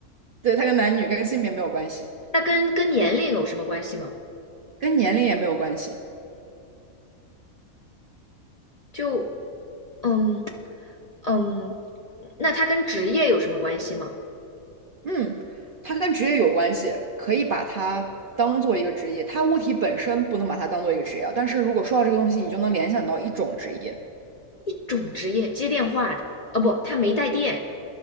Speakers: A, on the right; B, on the left.
A: 对，它跟男女、跟性别没有关系，
B: 那跟跟年龄有什么关系吗？
A: 跟年龄也没有关系。
B: 就嗯，嗯，那它跟职业有什么关系吗？
A: 嗯，它跟职业有关系，可以把它当做一个职业。它物体本身不能把它当做一个职业啊但是如果说到这个东西，你就能联想到一种职业。
B: 一种职业接电话的，哦不，它没带电，